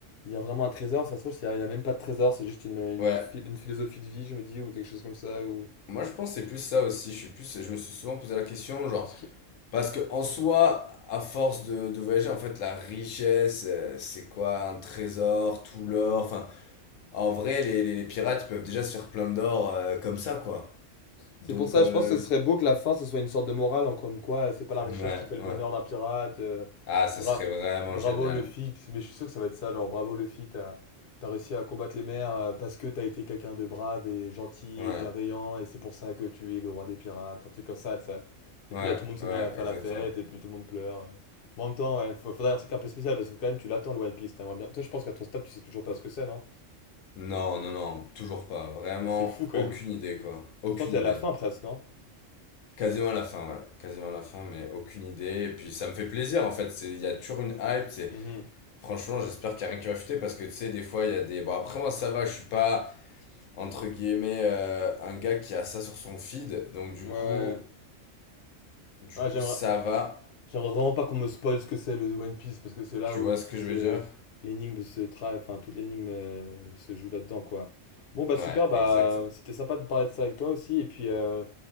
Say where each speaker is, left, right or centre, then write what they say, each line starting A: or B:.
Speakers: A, on the left; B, on the left.
A: Il y a vraiment un trésor, ça se trouve, il n'y a, il y a même pas de trésor, c'est juste une, une,
B: Ouais,
A: phil- une philosophie de vie, je me dis, ou quelque chose comme ça, ou.
B: moi je pense que c'est plus ça aussi. Je suis plus, je me suis souvent posé la question, genre,
A: Est-ce qu'il-
B: parce que en soi, à force de, de voyager, en fait, la richesse, euh, c'est quoi? Un trésor, tout
A: Hmm.
B: l'or, enfin, en vrai, les, les, les pirates, ils peuvent déjà se faire plein d'or euh, comme ça, quoi.
A: C'est
B: Donc,
A: pour ça,
B: euh,
A: je pense que ce serait beau que la fin, ce soit une sorte de morale, en comme quoi, euh, c'est pas la
B: je-
A: richesse
B: ouais,
A: qui fait le
B: ouais.
A: bonheur d'un pirate. euh,
B: Ah, ce
A: bra-
B: serait vraiment
A: bravo
B: génial.
A: Luffy, tu- mais je suis sûr que ça va être ça, genre bravo Luffy, t'as, t'as réussi à combattre les mers euh, parce que t'as été quelqu'un de brave et gentil
B: Ouais,
A: et bienveillant, et c'est pour ça que tu es le roi des pirates, un truc comme ça, tu sais. Et
B: ouais,
A: puis là, tout le monde se
B: ouais,
A: met à faire
B: exactement.
A: la fête, et puis tout le monde pleure. Mais en même temps, ouais, fa- faudrait un truc un peu spécial, parce que quand même, tu l'attends, le One Piece, t'aimerais bien. Toi, je pense qu'à ton stade, tu sais toujours pas ce que c'est, non?
B: Non, non, non, toujours pas. Vraiment,
A: Euh, C'est fou quand
B: aucune
A: même.
B: idée, quoi. Aucune
A: Pourtant, t'es à
B: idée.
A: la fin presque, non?
B: Quasiment à la fin, ouais. Quasiment à la fin, mais aucune idée. Et puis, ça me fait plaisir, en fait. C'est, il y a toujours une hype, c'est...
A: Mhm.
B: Franchement, j'espère qu'il y a rien qui va fuiter, parce que, tu sais, des fois, il y a des... Bon, après, moi, ça va, je suis pas, entre guillemets, euh, un gars qui a ça sur son feed. Donc, du
A: Ouais,
B: coup,
A: ouais. Ouais,
B: du
A: Ouais,
B: coup,
A: j'aimerais.
B: ça va.
A: J'aimerais vraiment pas qu'on me spoil ce que c'est le One Piece parce que c'est là
B: Tu
A: où
B: vois
A: toutes
B: ce que je
A: les
B: veux dire?
A: l'énigme se tra... enfin toute l'énigme euh, se joue là-dedans quoi. Bon bah super
B: Ouais,
A: bah
B: exact.
A: c'était sympa de parler de ça avec toi aussi et puis euh,